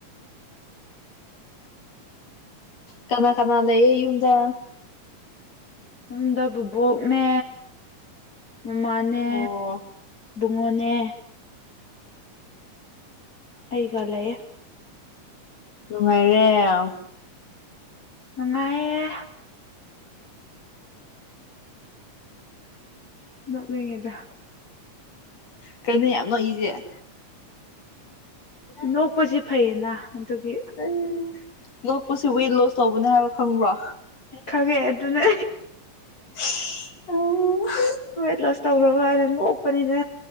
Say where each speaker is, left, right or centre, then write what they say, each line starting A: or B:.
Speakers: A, on the left; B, on the left.
A: ꯀꯅꯥ ꯀꯅꯥꯗ ꯑꯦ ꯌꯨꯝꯗ
B: ꯌꯨꯝꯗ ꯕꯨꯕꯣꯛꯅꯦ ꯃꯃꯥꯅꯦ
A: ꯑꯣ
B: ꯕꯨꯡꯉꯣꯟꯅꯦ ꯑꯩꯒꯂꯦ
A: ꯅꯨꯡꯉꯥꯏꯔꯦ
B: ꯅꯨꯡꯉꯥꯏꯑꯌꯦ ꯅ ꯃꯤꯉꯦꯗ
A: ꯀꯩꯅꯣ ꯌꯥꯝ ꯅꯣꯛꯏꯁꯦ
B: ꯅꯣꯛꯄꯁꯤ ꯐꯩꯌꯦꯅ ꯑꯗꯨꯒꯤ
A: ꯎꯝ ꯉꯣꯛꯄꯁꯤ ꯋꯦꯠ ꯂꯣꯁ ꯇꯧꯕꯅꯦ ꯍꯥꯏꯕ ꯈꯪꯕ꯭ꯔꯣ
B: ꯈꯪꯒꯦ ꯑꯗꯨꯅ
A: ꯑ
B: ꯄ꯭ꯂꯁ ꯇꯧꯔꯕ ꯍꯥꯏꯗ ꯅꯣꯛꯄꯅꯤꯗ